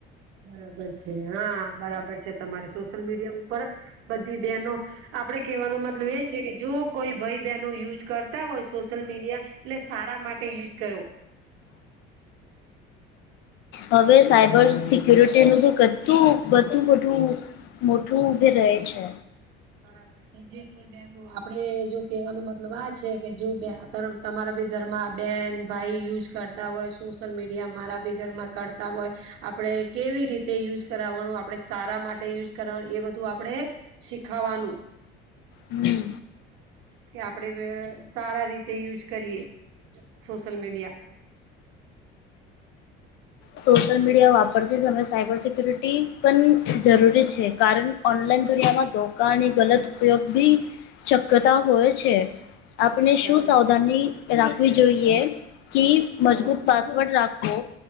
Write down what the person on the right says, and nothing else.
બરાબર છે, હા બરાબર છે તમારે, સોશિયલ મીડિયા ઉપર બધી બેનો આપડે કહેવાનો મતલબ એ છે કે, જો કોઈ ભાઈ બહેનો યુઝ કરતા હોય, સોશિયલ મીડિયા લે સારા માટે યુઝ કરો.
બરાબર છે, જે કોઈ બેન આપડે જો કેવાનો મતલબ આ છે કે જો બે તર તમારા બી ઘર માં બેન ભાઈ યુજ કરતા હોય સોશિયલ મીડિયા, મારા બી ઘરમાં કરતા હોય, આપડે કેવી રીતે યુઝ કરવાનું, આપડે સારા માટે યુઝ કરવાનું, એ બધું આપડે ખાવાનું,
કે આપડે સારા રીતે યુઝ કરીએ, સોશિલ મીડિયા.
બરાબર
છે
બરાબર
છે